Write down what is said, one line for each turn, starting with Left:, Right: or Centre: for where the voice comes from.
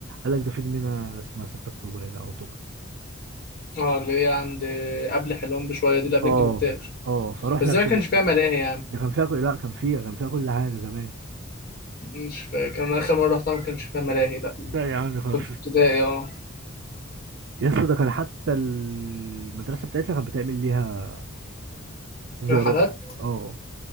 Right: قال لك ده في جنينه اسمها 6 اكتوبر هنا او توك
Left: اه اللي هي عند قبل حلوان بشوية دي اللي قبل
Right: اه
Left: الكبرتاج
Right: اه فروحنا
Left: بس زي
Right: ركبنا
Left: ما كانش فيها ملاهي يعني
Right: ده كان فيها كل... لا كان فيها كان فيها كل حاجه زمان
Left: مش فاكر انا اخر مره رحتها ما كانش فيها ملاهي لا
Right: لا يا عم خلاص
Left: كنت في ابتدائي اه
Right: يا اسطى ده كان حتى المدرسه بتاعتنا كانت بتعمل ليها زيارات
Left: رحلات
Right: اه